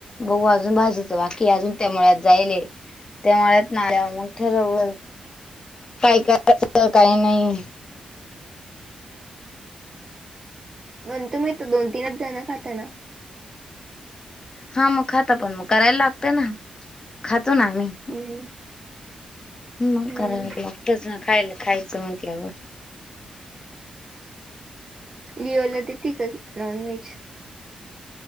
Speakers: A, on the left (about 30°); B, on the right (about 30°).
A: बघ अजून भाजीचं बाकी अजून त्या मळ्यात जायले. त्या मळ्यातनं आल्यावर मंग ठरवू काय काय करायच काय नाय.
B: आण तुम्ही तर दोन तीनच जणं खाता ना.
A: हा मग खाता पण मग करायला लागतय ना खातो ना आम्ही.
B: हम्म.
A: मग
B: हम्म.
A: करायला तर लागतच ना खायला खायचं म्हटल्यावर.
B: लिओला देते का की नॉन व्हेज?